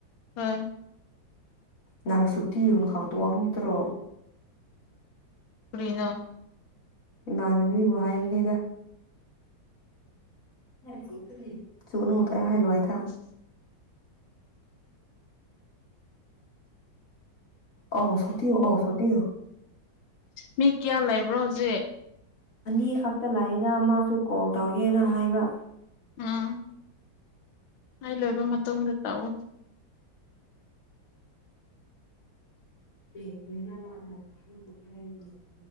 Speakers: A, on the left (about 80°); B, on the left (about 45°).
A: ꯍꯣꯏ
B: ꯅꯍꯥꯔꯁꯨꯨꯇꯤꯅ ꯈꯥꯡꯇꯣ ꯋꯥꯡꯉꯇꯔꯣ
A: ꯀꯩꯩꯅꯣ
B: ꯏꯃꯥꯟꯅꯕꯤꯕꯨ ꯍꯥꯏꯕꯅꯤꯗ <unintelligible>
A: <unintelligible>
B: ꯑꯧ ꯁꯣꯇꯤ ꯑꯧ ꯁꯣꯇꯤ
A: ꯃꯤ ꯀꯌꯥ ꯂꯩꯕ꯭ꯔꯣ ꯍꯧꯖꯤꯛ
B: ꯑꯅꯤ ꯈꯛꯇ ꯂꯩꯗ ꯃꯥꯁꯨ ꯀꯣꯜ ꯇꯧꯒꯦꯅ ꯍꯥꯏꯕ
A: <unintelligible> ꯑꯩ ꯂꯣꯏꯕ ꯃꯇꯨꯡꯗ ꯇꯧꯑꯣ
B: <unintelligible>